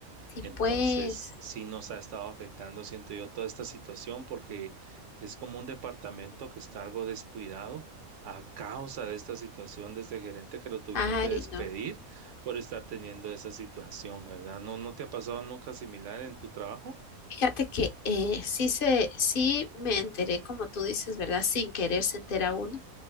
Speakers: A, on the left; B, on the right.
A: sí, sí
B: Entonces,
A: pues,
B: sí nos ha estado afectando, siento yo, toda esta situación, porque es como un departamento que está algo descuidado a causa de esta situación de este gerente que lo tuvieron
A: ay,
B: que despedir
A: no.
B: por estar teniendo esa situación, ¿verdad? ¿No, no te ha pasado nunca similar en tu trabajo?
A: Fíjate que eh, sí se, sí me enteré, como tú dices, ¿verdad? Sin querer se entera uno,